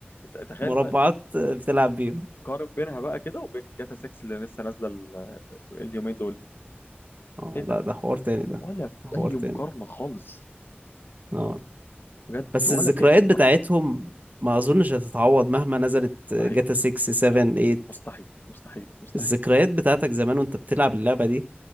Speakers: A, on the left; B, on the right.
A: ت- تخيل
B: مربعات
A: بقى
B: بتلعب بيهم
A: قارن بينها بقى كده وبين جاتا 6 اللي لسه نازله ال- اليومين دول
B: اه
A: ايه ده
B: لا ده حوار تاني ده
A: ولا في
B: ده حوار
A: اي
B: تاني
A: مقارنه خالص
B: اه
A: بجد
B: بس
A: ولا
B: الذكريات
A: في اي مقارنه
B: بتاعتهم ما اظنش هتتعوض مهما نزلت
A: مستحيل
B: جاتا 6 7 8
A: مستحيل مستحيل مستحيل
B: الذكريات بتاعتك زمان وانت بتلعب اللعبة دي